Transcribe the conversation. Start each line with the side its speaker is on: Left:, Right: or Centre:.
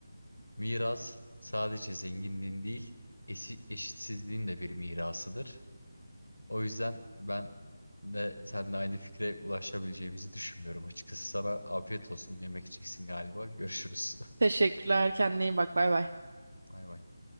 Left: Miras sadece zenginliğin değil, esi- eşitsizliğin de bir mirasıdır. O yüzden ben de seninle aynı fikre ulaşabileceğimizi düşünmüyorum açıkçası. Sana afiyet olsun. Yemek yiyeceksin galiba. Görüşürüz.
Right: Teşekkürler. Kendine iyi bak. Bay bay.
Left: <laughs> Bay bay.